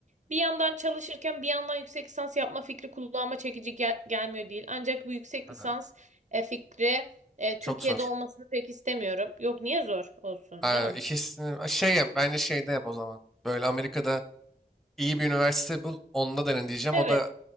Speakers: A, on the right; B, in the centre.
A: bir yandan çalışırken bir yandan yüksek lisans yapma fikri kulağıma çekici gel- gelmiyor değil. Ancak bu yüksek
B: Aha,
A: lisans e, fikri e,
B: çok
A: Türkiye'de
B: zor.
A: olmasını pek istemiyorum. Yok niye zor olsun
B: Aa,
A: canım?
B: ikisini Aa, şey yap bence şeyde yap o zaman. Böyle Amerika'da iyi bir üniversite bul. Onda denen diyeceğim.
A: Evet,
B: O da